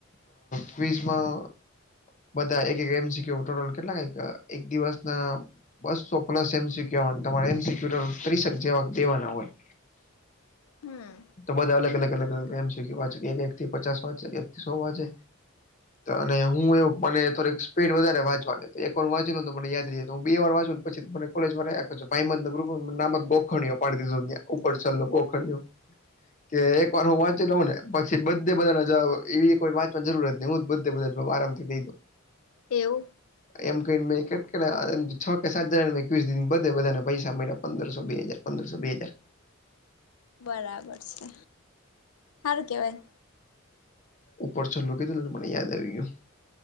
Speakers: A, on the left; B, on the left.
A: ક્િઝમાં બધા એક એક એમ શીખ્યું ટોટલ કેટલા કક એક દિવસ ના બસો પ્લસ એમસીુ તમારે એમસીકુ ત્રીસક જેવા દેવાના હોય
B: હમ
A: તો બધા અલગ અલગ અલગ અલગ એમ સુ કે વા છે કે એક થી પચાસ વાંચે એક થી સો વાંચે અને હું એવું મને થોડીક સ્પીડ વધારે વાંચવાની તો એક વાર વાંચી લને મને યાદ રહી જ તો હું બે વાર વાંચું પછી મને કોલેજમાં રાખ છે ભાઈ મ ગુપ નામ જ ગોખણયો પાો ઉપર છેલ્ ગોખણયો કે એક વાર હું વાંચી લઉં ને પછી બધે બધાને જ એવી એક વાર વાંચવાની જરૂરત ન હું જ બધે બધા શોભ આારમ થ દઈું
B: તેવ
A: એમ કને મે કેટ છ કે સાત હજાર એકવીસ બધે બધાને પૈસા મળ્યા પંદરસો બે હાજાર અંદરસો બેજર
B: બરાબર છે સારું કેવાય
A: ઉપર છલ્લું કીધું ને મને યાદ આવી ગયું